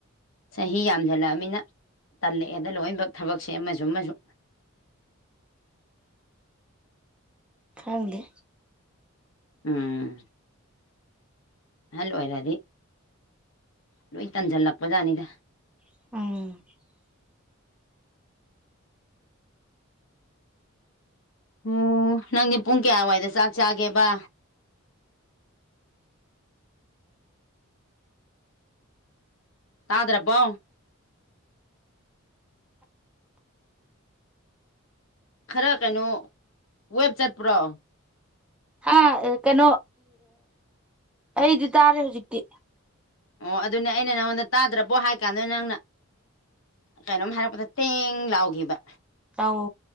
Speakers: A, on the left; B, in the centre.
A: ꯆꯍꯤ ꯌꯥꯝꯖꯜꯂꯛꯑꯅꯤꯅ ꯇꯜꯂꯛꯑꯦꯗ ꯂꯣꯏꯅꯃꯛ ꯊꯕꯛꯁꯦ ꯑꯃꯁꯨ ꯑꯃꯁꯨ
B: ꯈꯪꯗꯦ
A: ꯎꯝ ꯑꯍꯜ ꯑꯣꯏꯔꯗꯤ ꯂꯣꯏ ꯇꯟꯁꯤꯜꯂꯛꯄꯖꯥꯠꯅꯤꯗ
B: ꯎꯥ
A: ꯑꯣ ꯅꯪꯗꯤ ꯄꯨꯡ ꯀꯌꯥꯋꯥꯏꯗ ꯆꯥꯛ ꯆꯥꯒꯦꯕ ꯇꯥꯗꯨꯔꯄꯣ ꯈꯔ ꯀꯩꯅꯣ ꯋꯦꯕ ꯆꯠꯄ꯭ꯔꯣ
B: ꯑ ꯀꯩꯅꯣ ꯑꯩꯗꯤ ꯇꯥꯔꯦ ꯍꯧꯖꯤꯛꯇꯤ
A: ꯑꯣ ꯑꯗꯨꯅꯦ ꯑꯩꯅ ꯅꯪꯉꯣꯟꯗ ꯇꯥꯗ꯭ꯔꯕꯣ ꯍꯥꯏ ꯀꯥꯟꯗ ꯅꯪꯅ ꯀꯩꯅꯣꯝ ꯍꯥꯏꯔꯛꯄꯗ ꯇꯦꯡ ꯂꯥꯎꯈꯤꯕ
B: ꯑꯧ